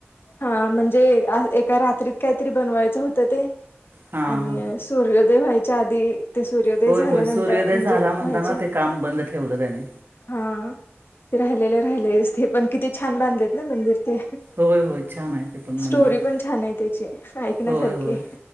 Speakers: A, on the left; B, on the right.
A: हा म्हणजे एका रात्रीत काहीतरी बनवायचं होतं ते
B: हां
A: आणि
B: हां
A: सूर्योदय व्हायच्या आधी ते सूर्योदय
B: होय
A: झाल्यानंतर
B: होय सूर्योदय
A: म्हणजे
B: झाला म्हणताना
A: व्हायचे
B: ते काम बंद ठेवलं त्याने
A: हा ते राहिलेले राहिलेच ते पण किती छान बांधलेत ना मंदिर ते
B: होय होय छान आहे ते पण
A: स्टोरी
B: मंदिर
A: पण छान आहे त्याची ऐकण्यासारखी
B: होय होय